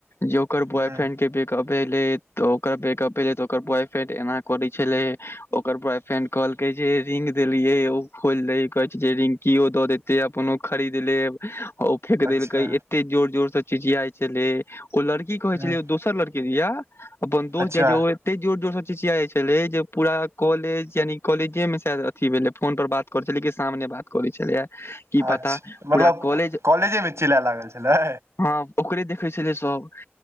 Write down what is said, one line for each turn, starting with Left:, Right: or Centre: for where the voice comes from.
Left: जे ओकर बॉय
Right: हूँ
Left: फ्रेंड के ब्रे कप भेलै तऽ ओकर ब्रेकअप भेलै तऽ ओकर बॉय फ्रेंड एना करे छले ओकर बॉयफ्रेंड कहलकै जे रिंग देलियै ओ खोलि दय कहै जे रिंगकियो दऽ देते अपनो खरीद लेब ओ फेेक
Right: अच्छा
Left: देलकै ए एते जोर जोर से चिचियाइ छले ओ लड़की कहे
Right: हूँ
Left: छलै दोसर लड़की दिया अपन दोस्त
Right: अच्छा
Left: जाइ छै ओइ एते जोर जोर सऽ चिचियाइ छले जे पूरा कॉलेज यानि कॉलेजे मे अथी भेलै फोन पर बात करै छलै कि सामने बात करै छलैये की
Right: अच्छा
Left: पता
Right: मतलब
Left: पूरा कॉलेज
Right: कॉलेजेमे चिलए लागल छलै
Left: हँ ओकरे देखे छलै सब